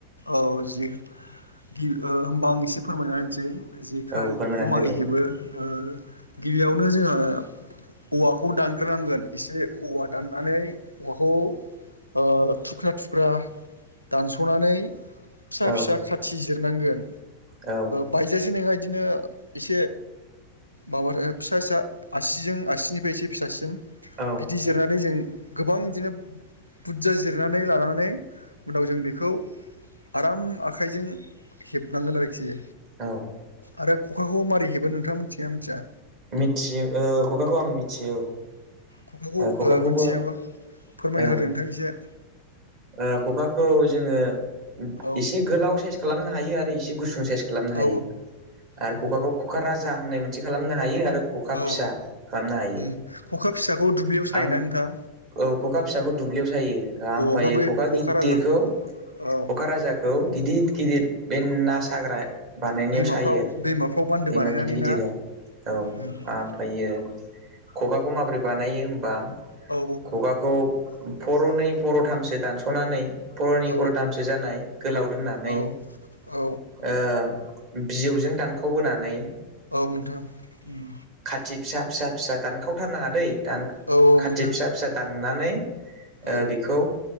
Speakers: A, on the left; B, on the right.
A: औ जि गिबि ओ होमबा आं एसे फोरमायना होनसै जेखाइखौ
B: औ फोरमायना
A: मारै
B: होदो
A: हेबो ओ गिबियावनो जोंङो औवाखौ दानग्रोनांगोन एसे औवा दाननानै औवाखौ ओ थुख्रा थुख्रा दानस'नानै फिसा
B: औ
A: फिसा खाथि जिरनांगोन
B: औ
A: बायजासे नङा बिदिनो एसे माबा फिसासा आसिजों आसिनिफ्रायसे फिसासिन
B: औ
A: बिदि जिरनानै जों गोबां बिदिनो बुर्जा जिरनानै लानानै उनाव जों बेखौ आराम आखाइजों हेबनांगोन आरोखि
B: औ
A: आरो ख'खाखौ मारै हेबो नोंथां मिथिगोनना मिथिया?
B: मिथियो ओ ख'खाखौ आं मिथियो औ
A: ख'खाखौ
B: खखाखौबो
A: ओ मिथियोबा फोरमायना
B: औ
A: होदो नोंथां एसे
B: ओ ख'खाखौ जोङो
A: औ
B: एसे गोलाव साइस खालामनो हायो आरो इसे गुसुं साइस बो खालामनो
A: औ
B: हायो आरो
A: औ
B: ख'खाखौ खुखा राजा होननाय मोनसे खालामनो हायो आरो। ख'खा
A: औ
B: फिसा खालामनो हायो
A: उम खखा फिसाखौ दुब्लियाव सायोना
B: आं
A: नोंथां
B: औ ख'खा फिसाखौ दुब्लियाव सायो ओमफ्रायायो
A: औ ओमफ्राय बै
B: ख'खा गिदिरखौ
A: राजा औ
B: क'काराजाखौ गिदिर गिदिर बे ना साग्रा बानायनायाव
A: दैमाफ्राव
B: सायो आरो
A: दैमाफ्राव बान्दो
B: दैमा
A: बानायनानै
B: गिदिर गिदिराव
A: ना
B: औ
A: उम
B: ओमफ्रायो ख'खाखौ माबोरै बानायो होनबा
A: औ
B: ख'खाखौ पर'नै पर'थामसो दानस'नानै पर'नैनि
A: औ
B: बर'थामसो जानाय गोलाव दोननानै
A: औ औ
B: ओ बिजौजों दानख'बोनानै
A: औ नोंथां उम
B: खाथि फिसा फिसा फिसा दानखावथारनाङा दै दान
A: औ औ
B: खाथि
A: नोंथां
B: फिसा फिसा दाननानै ओ
A: औ
B: बेखौ